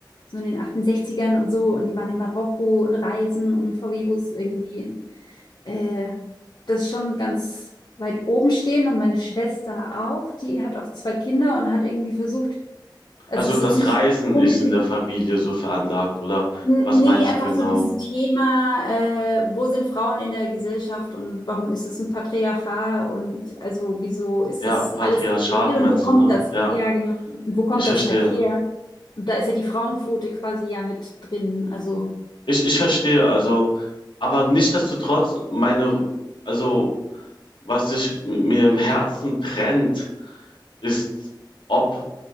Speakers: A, on the left; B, on the left.
A: so in den 68ern und so und die waren in Marokko und Reisen und im VW-Bus irgendwie äh, das schon ganz weit oben stehen und meine Schwester auch, die hat auch zwei Kinder und hat irgendwie versucht, also
B: Also
A: es
B: das
A: ist jetzt nicht
B: Reisen
A: unbedingt,
B: ist in der Familie so veranlagt, oder
A: n-
B: was
A: nee,
B: meinst
A: einfach
B: du genau?
A: so dieses Thema, äh, wo sind Frauen in der Gesellschaft und warum ist es ein Patriarchat und also wieso ist
B: Ja,
A: das
B: Patriarchat
A: alles so geregelt
B: meinst
A: und wo kommt
B: du, ne?
A: das?
B: Ja,
A: Ja, genau. Und wo kommt
B: ich verstehe.
A: das halt her? Und da ist ja die Frauenquote quasi ja mit drin, also.
B: Ich, ich verstehe, also, aber nichtsdestotrotz, meine, also, was sich m- mir im Herzen brennt, ist, ob